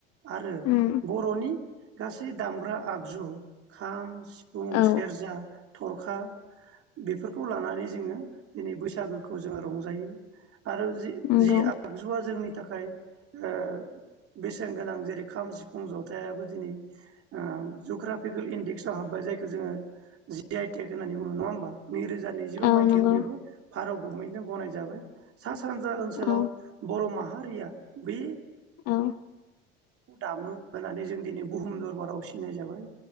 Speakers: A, on the right; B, on the left.
A: आरो
B: उम
A: बरनि गासै दामग्रा आगु ज खाम सि सिफुं
B: औ
A: सेरजा थरखा बेफोरखौ लानानै जोंङो दिनै बैसागोखौ जोंङो रंजायो आरो जि
B: नंगौ
A: जि आगजुआ जोंनि थाखाय ओ बेसेन गोनां जे रै खाम सिफुं जथायाबो दिनै ओम जुग्राफिकेल इन्डेक्सआव हाबबाय जायखौ जोंङो जि आइ टेक होन्नानै बुंङो नङा होमबा नैरोजा नैजिबा
B: औ
A: मायथाइयाव
B: नंगौ
A: बेबो भार गभमेन्टजों गनाय जाबाय सा सानजा ओनसोलाव
B: औ
A: बर माहा हारिया बे
B: औ
A: खौ दामो होनानै जों दिनै बुहुम दरबाराव सिनाय जाबाय